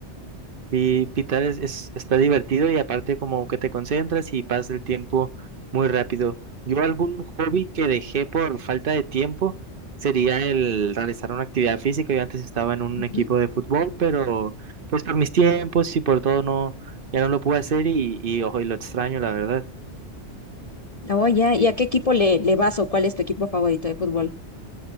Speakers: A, on the right (about 50°); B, on the left (about 35°).
A: Sí, pitar es, es- está divertido y aparte como que te concentras y pasa el tiempo muy rápido. Yo algún hobby que dejé por falta de tiempo sería el realizar una actividad física. Yo antes estaba en un equipo
B: Ujú.
A: de fútbol, pero pues por mis tiempos y por todo no, ya no lo pude hacer y, y ojo, y lo extraño, la verdad.
B: Oh, ya. ¿Y a qué equipo le, le vas o cuál es tu equipo favorito de fútbol?